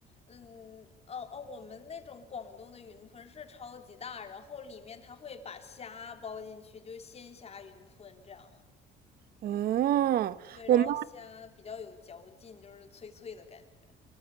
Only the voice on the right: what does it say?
哦，
我妈